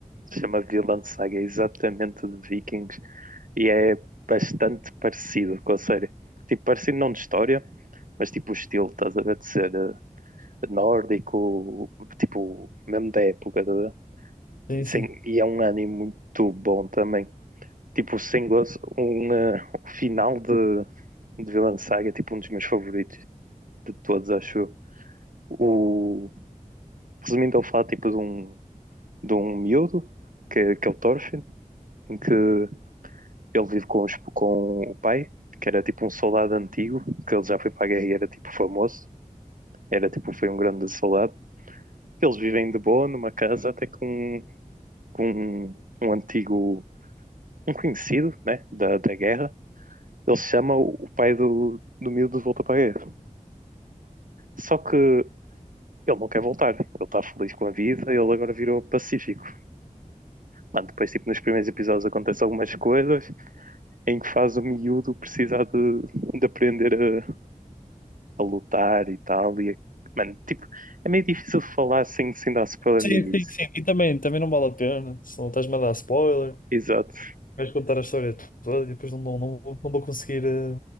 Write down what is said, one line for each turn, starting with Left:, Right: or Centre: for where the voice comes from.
Right: Se chama Vinland Saga, é exatamente de Vikings e é bastante parecido com a série. Tipo, parecido não de história, mas tipo o estilo, estás a ver, de ser eh, nórdico, tipo, mesmo da época, estás a ver?
Left: Sim,
Right: E, sem-
Left: sim.
Right: e é um anime muito bom também. Tipo, sem gozo, um, eh, o final de, de Vinland Saga é tipo um dos meus favoritos de todos, acho eu. O, resumindo, ele fala tipo de um de um miúdo, que, que é o Thorfinn, em que ele vive com, os- com o pai, que era tipo um soldado antigo, que ele já foi para a guerra e era tipo famoso, era tipo, foi um grande soldado. Eles vivem de boa numa casa até com, um, com um, um antigo, um conhecido, né, da, da guerra. Ele chama o pai do, do miúdo de volta para a guerra. Só que ele não quer voltar, ele está feliz com a vida, ele agora virou pacífico. Mano, depois, tipo, nos primeiros episódios acontecem algumas coisas, em que faz o miúdo precisar de, de aprender a, a lutar e tal. E a- mano, tipo, é meio difícil de falar sem, sem dar spoiler
Left: Sim,
Right: no início.
Left: sim, sim. E também, também não vale a pena, senão estás-me a dar spoiler,
Right: Exato.
Left: vais contar a história toda e depois não, não, não, vou não vou conseguir eh,